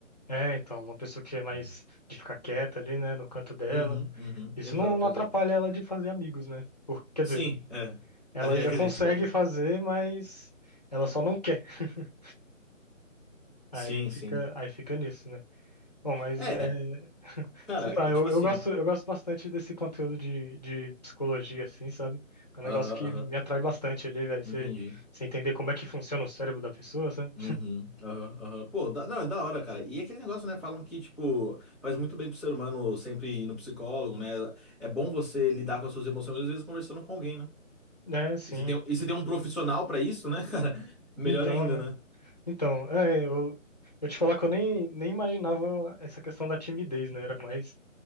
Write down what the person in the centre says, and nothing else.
Hum.
Uhum, uhum,
exato,
exato.
Sim,
é.
A gente-
é que
a gente espera.
Sim,
sim.
É,
cara,
é
tipo
assim.
Aham,
aham.
Entendi.
Uhum, aham, aham. Pô, da- não, é da hora, cara. E aquele negócio, né? Falam que, tipo, faz muito bem pro ser humano sempre ir no psicólogo, né? É bom você lidar com as suas emoções, às vezes conversando com alguém, né?
E se tem, e se tem um profissional pra isso, né, cara? <laughs> Melhor
ainda,
né?